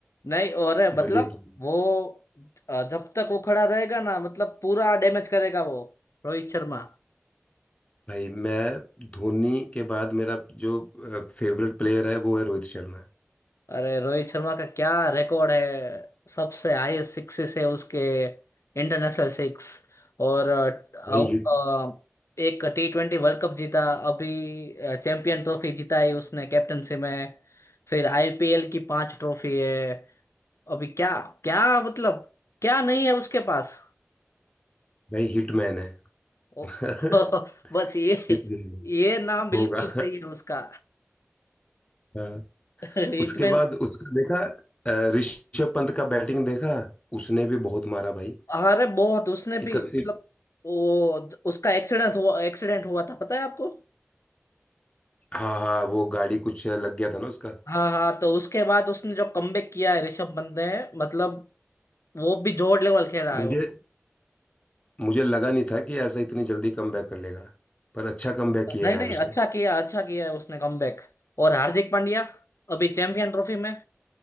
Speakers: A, on the left; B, on the left.
A: नहीं और है,
B: बढ़िया
A: मतलब
B: किया
A: वो अ, जब तक वो खड़ा रहेगा ना मतलब पूरा डैमेज करेगा वो रोहित शर्मा
B: भाई मैं धोनी के बाद मेरा जो फेवरेट प्लेयर है वो है रोहित शर्मा
A: अरे रोहित शर्मा का क्या रिकॉर्ड है सबसे हाईएस्ट सिक्सेस है उसके इंटरनेशनल सिक्स और अ, अब,
B: भाई हिट
A: अ, एक टी ट्वेंटी वर्ल्ड कप जीता अभी चैंपियन ट्रॉफी जीता है उसने कैप्टनसी में फिर आईपीएल की पांच ट्रॉफी है अभी क्या क्या मतलब क्या नहीं है उसके पास
B: भाई हिटमैन है
A: ओ,
B: <laughs>
A: <laughs> बस ये
B: हिटमैन
A: ये नाम बिल्कुल
B: होगा
A: सही है उसका
B: हाँ।
A: <laughs> हिटमैन
B: उसके बाद उसका देखा अ, ऋषभ पंत का बैटिंग देखा उसने भी बहुत मारा भाई
A: अरे बहुत उसने भी
B: इकतीस
A: मतलब वो उसका एक्सीडेंट हुआ एक्सीडेंट हुआ था पता है आपको
B: हाँ हाँ वो गाड़ी कुछ लग गया था ना उसका
A: हाँ हाँ तो उसके बाद उसने जो कमबैक किया है ऋषभ पंत ने मतलब वो भी जोर लेवल खेला
B: मुझे
A: है वो
B: मुझे लगा नहीं था कि ऐसा इतनी जल्दी कमबैक कर लेगा पर अच्छा कमबैक किया
A: नहीं
B: यार
A: नहीं
B: उसने
A: अच्छा किया अच्छा किया है उसने कमबैक और हार्दिक पांड्या अभी चैंपियन ट्रॉफी में